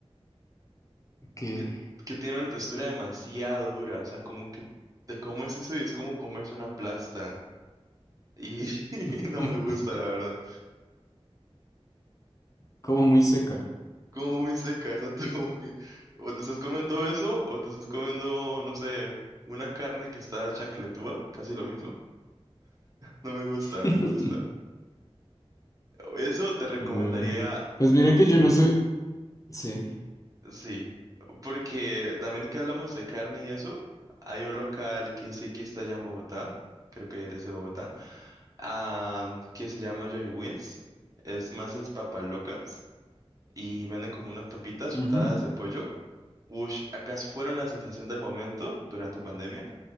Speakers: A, on the left; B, on the right.
A: que
B: que, que tiene una textura demasiado dura. O sea, como que te comes eso y es como comerse una plasta. Y <laughs>
A: <laughs>
B: no me gusta, la verdad.
A: como muy seca.
B: como muy seca, exacto, <laughs> como que o te estás comiendo eso o te estás comiendo, no sé, una carne que está chancletúa, casi lo mismo. No me gusta,
A: <laughs>
B: no me gusta. Eso te recomendaría,
A: Bueno, pues mira
B: eh, po-
A: que yo no soy... Sí.
B: sí, porque también que hablamos de carne y eso, hay un local que sí que está allá en Bogotá, creo que eres de Bogotá, ah, que se llama Johnny Wins, es más es papas locas y venden como unas papitas
A: Ujú.
B: untadas
A: Ujú,
B: de pollo. Ush, acá fueron la sensación del momento durante pandemia